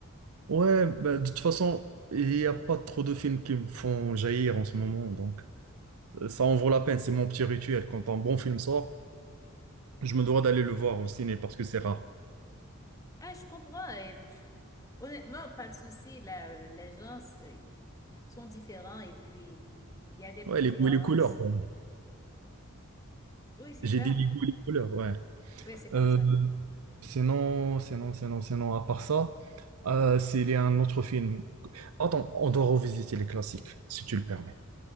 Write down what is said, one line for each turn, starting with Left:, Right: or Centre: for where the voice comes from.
Right: Ouais, ben, de toute façon, il n'y a pas trop de films qui me font jaillir en ce moment, donc ça ça en vaut la peine, c'est mon petit rituel. Quand un bon film sort, je me dois d'aller le voir au ciné parce que c'est rare.
Left: Ah, je comprends. et honnêtement, pas de souci. Là, euh, les gens euh, sont différents et puis il y a des préférences.
Right: Ouais, les goûts et les couleurs, quoi.
Left: Oui, c'est
Right: J'ai
Left: ça.
Right: dit les goûts et les couleurs, ouais.
Left: Oui, c'est comme
Right: Euh,
Left: ça.
Right: sinon, sinon, sinon, sinon, à part ça, euh, s'il y a un autre film. Attends, on doit revisiter les classiques, si tu le permets.